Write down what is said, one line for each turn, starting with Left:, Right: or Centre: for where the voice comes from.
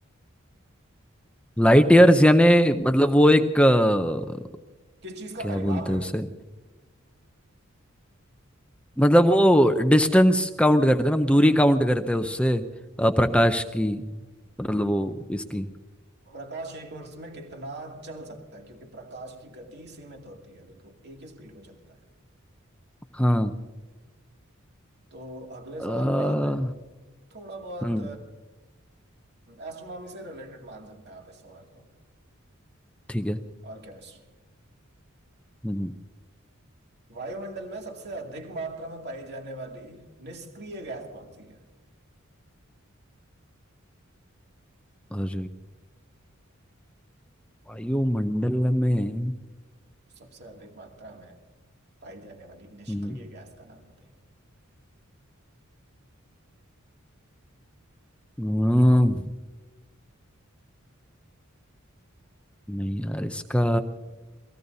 Centre: लाइट ईयर्स यानी मतलब वो एक अ,
Right: किस चीज का
Centre: क्या
Right: परिमाप
Centre: बोलते
Right: है
Centre: हैं उसे मतलब वो डिस्टेंस काउंट करते हैं ना हम दूरी काउंट करते हैं उससे अ, प्रकाश की मतलब वो इसकी
Right: वो प्रकाश एक वर्ष में कितना चल सकता है क्योंकि प्रकाश की गति सीमित होती है लेकिन वो एक ही स्पीड में चलता है
Centre: हाँ
Right: तो अगले
Centre: अ,
Right: सवाल पे आते हैं थोड़ा बहुत
Centre: हम्म
Right: एस्ट्रोनॉमी से रिलेटेड मान सकते हैं आप इस सवाल को
Centre: ठीक है
Right: और केमिस्ट्री
Centre: हम्म,
Right: वायुमंडल में सबसे अधिक मात्रा में पाई जाने वाली निष्क्रिय गैस कौन सी है
Centre: और वायुमंडल में
Right: सबसे अधिक मात्रा में पाई जाने वाली निष्क्रिय
Centre: हम्म,
Right: गैस का नाम बताइए
Centre: हम्म, नहीं यार इसका